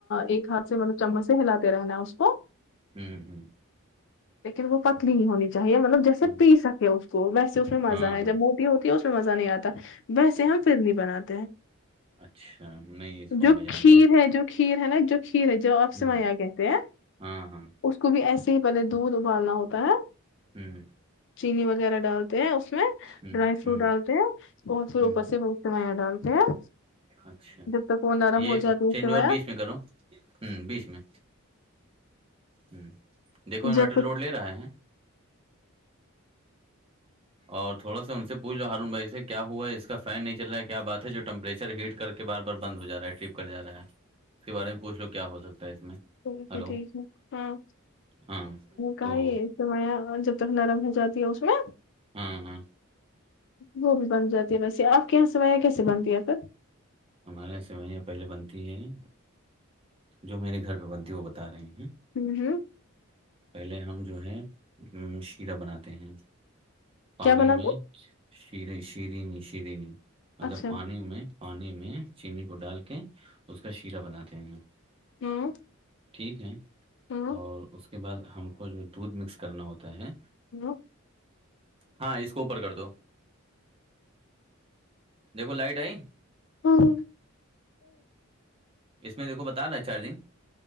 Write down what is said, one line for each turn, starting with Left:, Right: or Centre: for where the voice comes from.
Left: ایک ہاتھ سے مطلب چمچ سے ہلاتے رہنا ہے اس کو
Right: ہوں ہوں
Left: لیکن وہ پتلی نہیں ہونی چاہیے مطلب جیسے
Right: ہ
Left: پی سکے اس کو ویسے اس میں مزہ
Right: ہاں
Left: ہے
Right: ہاں
Left: جب موٹی ہوتی ہے اس میں مزہ نہیں آتا بس یہاں پھر نہیں بناتا
Right: اچھا نہیں اس کو
Left: جو
Right: ہم لے جانتے
Left: کھیر ہے جو کھیر ہے نا جو کھیر ہے جو آپ
Right: ہ
Left: سمایا کہتے ہیں
Right: ہاں ہاں
Left: اس کو بھی ایسے ہی پہلے دودھ ابالنا ہوتا ہے
Right: ہوں
Left: چینی وغیرہ ڈالتے ہیں اس میں
Right: ہوں
Left: ڈرائی فروٹ
Right: ہوں
Left: ڈالتے ہیں اور پھر
Right: ہوں
Left: اوپر سے وہی سےمایا ڈالتے ہیں
Right: اچھا
Left: جب تک وہ نرم
Right: یہ
Left: ہو جاتا ہے اس
Right: چینج
Left: سے
Right: اوور
Left: بیا
Right: بیس میں کرو ہ بیس میں ہ دیکو میٹر
Left: جب
Right: لوڈ لے رہے ہیں اور تھوڑا س ان سے پوچھ لو ہارون بھائی سے کیا ہوا ہے اس کا فین نہیں چلا ہے کیا بات ہے جو ٹمپریچر ہیٹ کر کے کے بار بار بند ہو جا رہا ہے ٹرپ کر جا رہا ہے اس کے بارے میں پوچھ لو کیا ہو سکتا ہے اس میں
Left: اوکے
Right: ہلو
Left: ٹھیک ہے ہاں
Right: ہاں
Left: کہ
Right: تو
Left: ہے م جب تک نرم ہو جاتی ہے اس میں
Right: ہاں ہاں
Left: وہ بھی بن جاتی ہے ویسے آپ کے یہاں سوایا کیسے بنتی ہے پھر
Right: ہمارے یہاں سوئیاں پہلے بنتی ہیں جو میرے گھر پہ بنتی ہیں وہ بتا رہے ہیں
Left: ہوں ہوں
Right: پہلے ہم جو ہے شیرہ بناتے ہیں پانی
Left: کیا بنا
Right: میں
Left: دو
Right: ش شرینی شرینی مطلب
Left: اچھا
Right: پانی میں پانی میں میں چینینی کو ڈال کے اس کا شیرا بناتے ہیں
Left: ہوں
Right: ٹھیک ہے
Left: ہوں
Right: اور اس کے بعد ہم کو جو دودھ مکس کرنا ہوتا ہے
Left: ہوں
Right: ہاں اس کو اوپر کر دو دیکھو لائٹ آئی
Left: ہاں ہ
Right: اس میں دیکو بتا رہا ہے چارجنگ